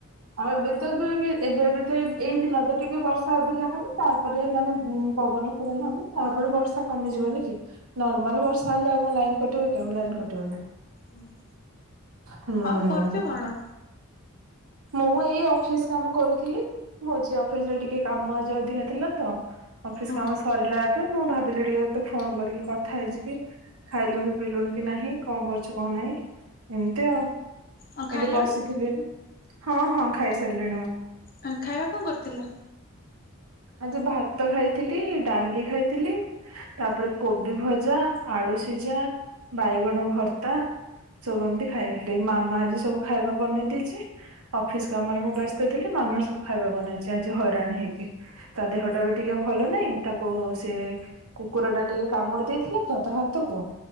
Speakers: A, on the right; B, on the left.
A: ଆଉ ଏବେ ତ ଏବେ ଏବେ ତ ଏଇ ଦିନ ତ ଟିକେ ବର୍ଷା ଅଧିକା ହବ ତାପରେ ମାନେ ଉ ପବନ ପବନ ହବ ତାପରେ ବର୍ଷା କମିଯିବନି କି ନର୍ମାଲ ବର୍ଷା ହେଲେ ଆଉ ତମ ଲାଇନ୍ କଟିବ କି ଆଉ ଲାଇନ୍ କଟିବନି।
B: ହୁଁ
A: ହୁଁ।
B: ଆଉ କରୁଚ କଣ?
A: ମୁଁ ଏଇ ଅଫିସ୍ କାମ କରୁଥିଲି। ହଉଛି ଅଫିସ୍ ରେ ଟିକେ କାମ ଆଜି ଅଧିକା ଥିଲା ତ ଅଫିସ୍
B: ହଁ
A: କାମ ସରିଲା ମୁଁ ଭାବିଲି ଟିକେ ତତେ ଫୋନ କରିକି କଥା ହେଇଯିବି ଖାଇଲୁଣି ପିିଇଲୁଣି କି ନାହିଁ କଣ କରୁ କିଛି କଣ ନାହିଁ ଏମିତି ଆଉ
B: ଆଉ ଖାଇଲଣି
A: ଏଠି ବସିଥିଲି । ହଁ ହଁ ଖାଇ ସାରିଲିଣି ମୁଁ।
B: ଆ ଖାଇବା କଣ କରିଥିଲ?
A: ଆଜି ଭାତ ଖାଇଥିଲି ଡାଲି ଖାଇଥିଲି ତାପରେ କୋବି ଭଜା ଆଳୁ ସିଝା ବାଇଗଣ ଭର୍ତ୍ତା ସବୁ ଏମିତି ଖାଇଥିଲି ମାମା ଆଜି ସବୁ ଖାଇବା ବନେଇ ଦେଇଛି <inaudible> ଅଫିସ୍ କାମରେ ମୁଁ ବ୍ୟସ୍ତ ସେ ଥିଲେ ମାମା ସବୁ ଖାଇବା ବନେଇଛି ଆଜି ହଇରାଣ ହେଇକି ତା ଦେହ ଟା ବି ଟିକେ ଭଲ ନାଇଁ ତାକୁ ସେ କୁକୁର ଟା ଟିକେ କାମୁଡ଼ି ଦେଇଥିଲା ତ ତା ହାତକୁ।